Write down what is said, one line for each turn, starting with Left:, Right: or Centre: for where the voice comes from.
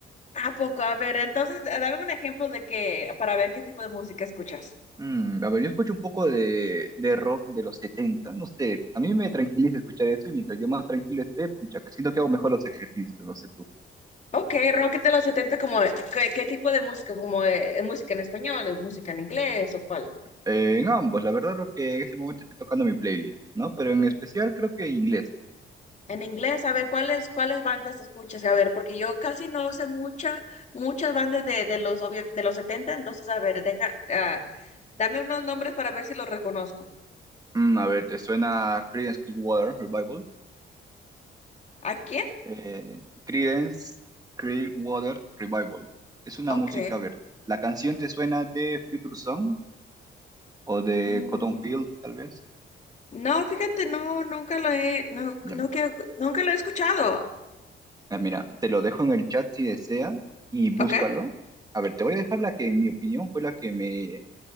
Left: ¿A poco? A ver, entonces, eh, dame un ejemplo de que, para ver qué tipo de música escuchas.
Right: Mm, a ver, yo escucho un poco de, de rock de los 70, no sé, a mí me tranquiliza escuchar eso y mientras yo más tranquilo esté, pucha, siento que hago mejor los ejercicios, no sé tú.
Left: Ok, rock de los 70, como, ¿qué, qué tipo de música? ¿Como eh, música en español, es música en inglés o cuál?
Right: Eh, en ambos, la verdad lo que en ese momento esté tocando mi playlist, ¿no? Pero en especial creo que inglés.
Left: En inglés, a ver, ¿cuáles, cuáles bandas escuchas? A ver, porque yo casi no sé mucha, muchas bandas de, de los, obvio- de los 70. entonces, a ver, deja, ah, dame unos nombres para ver si los reconozco.
Right: Mm, a ver, ¿te suena Creedence Clearwater Revival?
Left: ¿A quién?
Right: Eh, Creedence Clearwater Revival. Es una
Left: Ok.
Right: música, a ver, ¿la canción te suena de Future Song o de
Left: mm,
Right: Cotton Field, tal vez?
Left: no, fíjate, no, nunca lo he, no,
Right: Mm,
Left: no quiero- nunca lo he escuchado.
Right: ah, Mira, te lo dejo en el chat si desea y búscalo.
Left: ¿Ok?
Right: A ver, te voy a dejar la que, en mi opinión, fue la que me,